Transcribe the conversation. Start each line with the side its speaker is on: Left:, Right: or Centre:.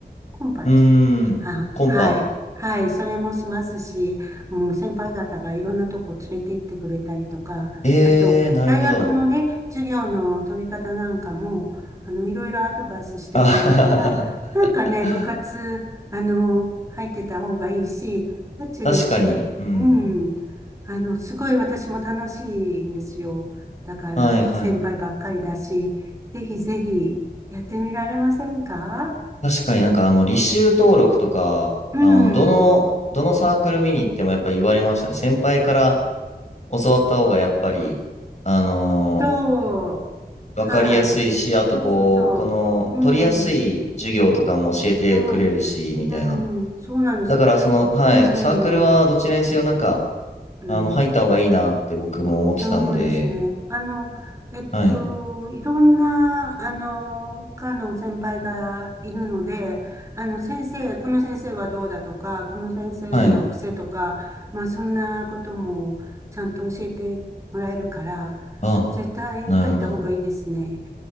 Right: コンパでした。
Left: ーん。
Right: あ、
Left: コンパ。
Right: はい。はい。それもしますし、もう先輩方がいろんなとこ連れて行ってくれたりとか、
Left: えー、
Right: あと、
Left: なるほど。
Right: 大学のね、授業の取り方なんかも、あの、いろいろアドバイスしてくれるから、
Left: あははは
Right: なんかね、
Left: は
Right: 部活、あの、入ってた方がいいし、バッチリって、
Left: 確かに。うん。
Right: うん、あの、すごい私も楽しいんですよ。だから、
Left: はいはい。
Right: いい先輩ばっかりだし、ぜひぜひやってみられませんか
Left: 確かになんかあの、履修登録とか、
Right: うん。
Left: あの、どの、どのサークル見に行ってもやっぱり言われましたね。先輩から教わった方がやっぱり、あのー結構
Right: そう。
Left: わかりやすいし、
Right: はい。
Left: あとこう、
Right: そうそうそう。
Left: この、
Right: うん。
Left: 取りやすい授業とかも教えてくれるし、
Right: そう。
Left: みたいな。
Right: うん。そうなんですよ。
Left: だからその、はい、
Right: うん。
Left: サークルはどちらにせよなんか、
Right: うん。
Left: あの、入った方がいいなって僕も思ってたんで、
Right: そうですね。あの、えっと、
Left: はい、
Right: いろんな、あの、科の先輩がいるので、あの、先生、この先生はどうだとか、この先生の癖とか、
Left: はい。
Right: まあ、そんなこともちゃんと教えてもらえるから、
Left: あ、
Right: 絶対入った方がいいですね。
Left: なるほど。